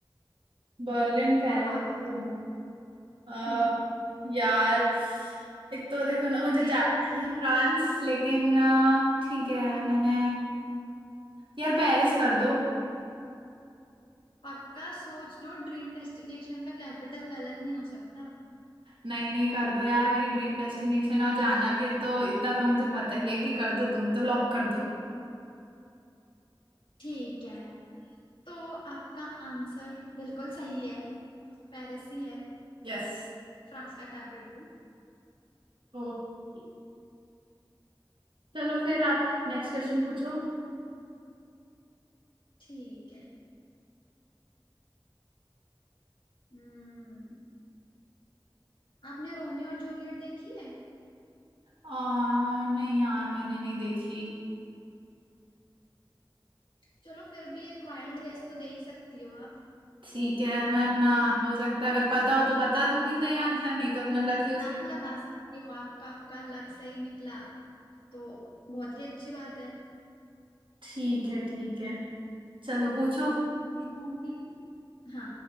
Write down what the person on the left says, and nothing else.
अब आप बताओ
हम्म
देख
लो
पक्का सोच लो ड्रीम डेस्टिनेशन का कैपिटल गलत नहीं हो सकता
ठीक है तो आपका आंसर बिल्कुल सही है पेरिस ही है
फ्रांस का कैपिटल
ठीक है हम्म आपने रोमियो और जूलियट देखी है
चलो फिर भी एक वाइल्ड गेस तो दे ही सकती हो आप
लक
लगा सकती हो आपका आपका लक सही निकला तो बहुत ही अच्छी बात है
रोमी हाँ